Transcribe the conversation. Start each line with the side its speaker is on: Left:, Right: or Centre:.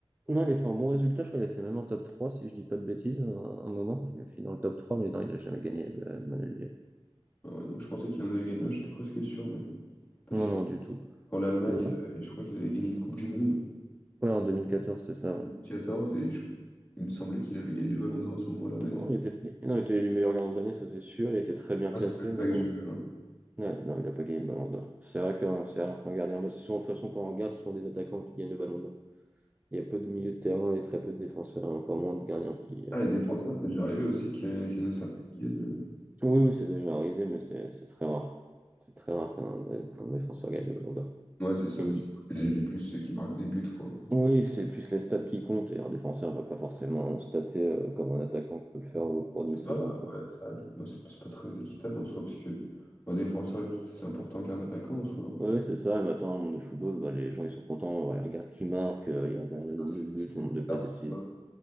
Right: Non, il a fait un bon résultat, je crois qu'il a fait même un top 3, si je dis pas de bêtises, un, un moment. Il a fini dans le top 3, mais non, il a jamais gagné, euh, Manuel Neuer.
Left: Ah ouais, non, moi, je pensais qu'il en avait gagné un, j'étais presque sûr même. Parce
Right: Non,
Left: que
Right: non, du tout.
Left: quand l'Allemagne,
Right: Dis-moi.
Left: euh, je crois qu'ils avaient gagné une Coupe du Monde,
Right: Ouais, en 2014, c'est ça. ouais.
Left: 14, et je- il me semblait qu'il avait gagné le ballon d'or à ce moment-là, mais non.
Right: Non, il était, non, il était élu meilleur gardien de l'année, ça c'est sûr. Il était très bien
Left: Ah,
Right: classé,
Left: c'est peut-être ça
Right: mais
Left: que
Right: non.
Left: j'ai vu, alors.
Right: Ouais, non, il n'a pas gagné le ballon d'or. C'est vrai que euh, c'est rare qu'un gardien. Bah, c'est souvent, de toute façon, quand on regarde, ce sont des attaquants qui gagnent le ballon d'or. Il y a peu de milieux de terrain et très peu de défenseurs, et encore moins de gardiens qui.
Left: Ah,
Right: euh,
Left: les défenseurs, c'est déjà arrivé aussi qu'il y, en- a qu'il y en a certains qui gagnent. euh.
Right: Oui, oui, c'est déjà arrivé, mais c'est c'est très rare. C'est très rare qu'un dé- qu'un défenseur gagne le ballon d'or.
Left: Ouais, c'est ça,
Right: Et
Left: parce
Right: oui,
Left: qu'il y a plus ceux qui marquent des buts, quoi.
Right: Oui, c'est plus les stats qui comptent, et un défenseur ne va pas forcément stater euh, comme un attaquant peut le faire au cours
Left: C'est
Right: d'une saison.
Left: pas, ouais, c'est vrai que c'est moi, c'est- c'est pas très équitable en soi, parce que un défenseur, est- tout- c'est important qu'un attaquant en soi. hein.
Right: Ouais, ouais, c'est ça. Et maintenant, dans le monde de football, bah, les gens ils sont contents. Ouais, ils regardent qui marque, euh, ils regardent le nombre
Left: Ça, C'est
Right: de buts,
Left: c'est
Right: le nombre de
Left: bizarre,
Right: passes
Left: ce
Right: décisives.
Left: qui marque.